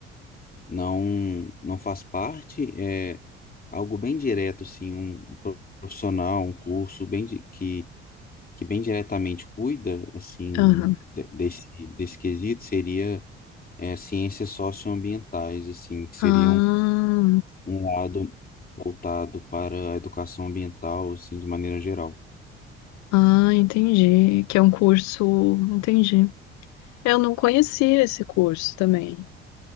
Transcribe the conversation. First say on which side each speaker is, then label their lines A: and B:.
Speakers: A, on the left (about 30°); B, on the left (about 60°).
A: não não faz parte, é algo bem direto, assim, um profissional, um curso bem di- que, que bem diretamente cuida, assim,
B: Aham.
A: de- desse, desse quesito, seria é, ciências socioambientais, assim, que seriam
B: Ah,
A: um um lado voltado para a educação ambiental, assim, de maneira geral.
B: ah, entendi. Que é um curso, entendi. Eu não conhecia esse curso também.